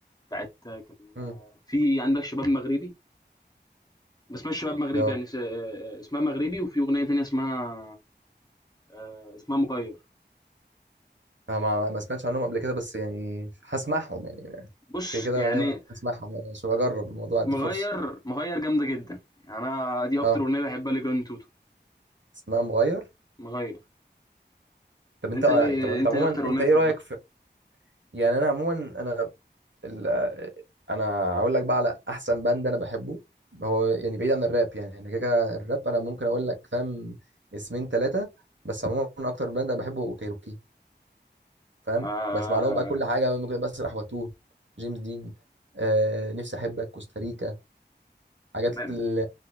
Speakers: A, on the left; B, on the right.
A: بتاعة كان
B: مم.
A: آه، في عندك شباب مغربي ما اسمهاش شباب مغربي
B: اه
A: يعني س آآ اسمها مغربي وفي أغنية تانية اسمها آآ اسمها مغيّر.
B: أنا ما ما سمعتش عنهم قبل كده بس يعني هسمعهم يعني
A: بُص،
B: كده كده
A: يعني
B: انا ناوي اسمعهم يعني عشان اجرب الموضوع ادي
A: مغيّر،
B: فرصه
A: مغيّر جامدة جدًا، يعني أنا دي أكتر
B: اه
A: أغنية باحبها لجراند توتو،
B: اسمها مغير
A: مغيّر.
B: طب انت
A: أنت إيه
B: طب انت
A: أنت
B: عموما
A: إيه أكتر أغنية
B: انت
A: بتحبها؟
B: ايه رايك في يعني انا عموما انا ال- انا هقول لك بقى على احسن باند انا بحبه هو يعني بعيد عن الراب يعني انا كده كده الراب انا ممكن اقول لك فاهم اسمين ثلاثه بس عموما اكتر باند انا بحبه هو كايروكي فاهم
A: آآ
B: بسمع لهم بقى كل حاجه ممكن بسرح واتوه جيمس دين آه نفسي احبك كوستاريكا حاجات
A: ب
B: ال-